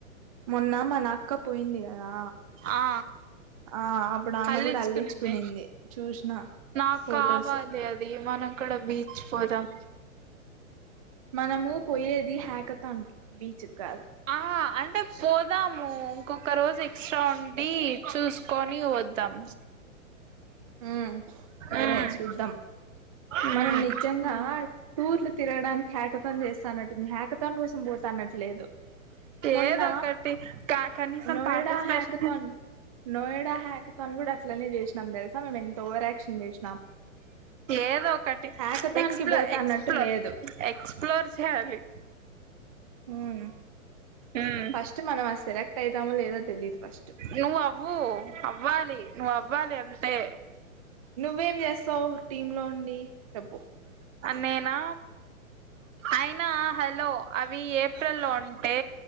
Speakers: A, on the right; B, on the right.
A: మొన్న మన అక్క పోయింది కదా
B: ఆ
A: ఆ అప్పుడు ఆమె
B: అళ్లిచ్చుకునింది
A: కూడా అల్లించుకునింది చూసిన
B: నాకావాలి
A: ఫొటోస్
B: అది మనం కూడా బీచ్ పోదాం
A: మనము పోయేది హ్యాక్ కతాన్ కి బీచ్ కు గాదు.
B: ఆ అంటే పోదాము ఇంకొక రోజు ఎక్స్ట్రా ఉండి చూసుకొని వద్దాం
A: మ్మ్ సరే
B: ఉమ్
A: చూద్దాం
B: ఉమ్
A: మనం నిజంగా టూర్లు తిరగడానికి హ్యాకథాన్ చేస్తానట్టుంద హ్యాకథాన్ న్ కోసం పోతున్నట్లు లేదు మొన్న
B: ఏదో ఒకటి కా కనీసం
A: Noida
B: participation
A: hackathon Noida hackathon కూడా అట్లనే చేసినాం తెలుస ఎంత ఓవరాక్షన్ చేసినవ్
B: ఏదొ ఒకటి
A: హ్యాకథాన్
B: ఎక్స్ప్లో
A: కి పోతా
B: ఎక్స్ప్లోర్
A: అన్నట్టు లేదు
B: ఎక్స్ప్లోర్ చేయాలి.
A: మ్మ్
B: ఉమ్
A: ఫస్ట్ మనం అది సెలెక్ట్ అయితామో లేదో తెలీదు ఫస్ట్
B: నువ్ అవ్వు అవ్వాలి నువ్ అవ్వాలి తే అంతే
A: నువ్వేం చేస్తావ్ టీమ్ లోండి చెప్పు
B: నేనా అయినా హలో అవి ఏప్రిల్లో అంటే